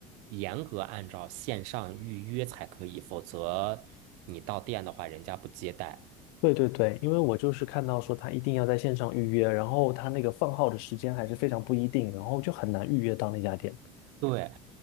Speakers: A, on the right; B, on the left.
A: 严格按照线上预约才可以，否则你到店的话，人家不接待。
B: 对对对，因为我就是看到说他一定要在线上预约，然后他那个放号的时间还是非常不一定，然后就很难预约到那家店。
A: 对，